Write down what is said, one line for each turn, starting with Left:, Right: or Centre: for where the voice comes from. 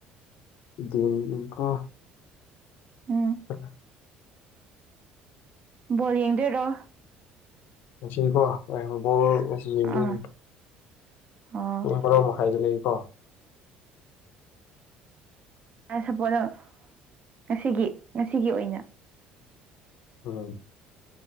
Left: ꯗꯦ ꯑꯝ ꯏꯝꯐꯥꯜ
Right: ꯎꯝ
Left: <unintelligible>
Right: ꯕꯣꯜ ꯌꯦꯡꯗꯣꯏꯔꯣ
Left: ꯉꯁꯤꯀꯣ ꯍꯣꯌꯦꯡ ꯕꯣꯜ ꯉꯁꯤ ꯌꯦꯡꯗꯣꯏꯅꯤ
Right: ꯑꯥ ꯑꯣ
Left: ꯄꯨꯡ ꯕꯔꯧ ꯃꯈꯥꯏꯗ ꯂꯩꯀꯣ
Right: ꯑꯥ ꯁꯄꯣꯔꯠꯔꯣ ꯉꯁꯤꯒꯤ ꯉꯁꯤꯒꯤ ꯑꯣꯏꯅ
Left: ꯎꯝ